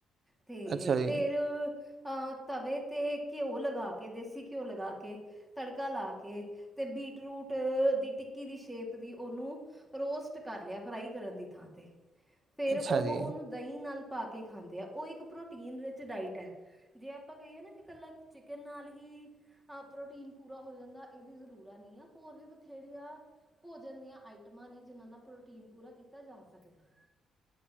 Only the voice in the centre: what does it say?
ਤੇ
ਫਿਰ ਅਹ ਤਵੇ ਤੇ ਘਿਓ ਲਗਾ ਕੇ, ਦੇਸੀ ਘਿਓ ਲਗਾ ਕੇ। ਤੜਕਾ ਲਾ ਕੇ ਤੇ ਬੀਟ ਰੂਟ ਦੀ ਟਿੱਕੀ ਦੀ ਸ਼ੇਪ ਦੀ ਉਹਨੂੰ। ਰੋਸਟ ਕਰ ਲਿਆ ਫਰਾਈ ਕਰਨ ਦੀ ਥਾਂ ਤੇ। ਫਿਰ
ਉਹ
ਉਹਨੂੰ ਦਹੀਂ ਨਾਲ ਪਾ ਕੇ ਖਾਂਦੇ ਆ, ਉਹ ਇੱਕ ਪ੍ਰੋਟੀਨ ਵਿੱਚ ਡਾਇਟ ਹੈ। ਜੇ ਆਪਾਂ ਕਹੀਏ ਨਾ ਕਿ ਇਕੱਲਾ ਚਿਕਨ ਨਾਲ ਹੀ। ਹਾਂ ਪ੍ਰੋਟੀਨ ਪੂਰਾ ਹੋ ਜਾਂਦਾ ਇਹ ਵੀ ਜਰੂਰਤ ਨਹੀ ਆ ਹੋਰ ਵੀ ਬਥੇਰੀ ਆ। ਭੋਜਨ ਦੀਆਂ ਆਈਟਮਾਂ ਨੇ ਜਿਨਾਂ ਨਾਲ ਪ੍ਰੋਟੀਨ ਪੂਰਾ ਕੀਤਾ ਜਾ ਸਕਦਾ ਹੈ।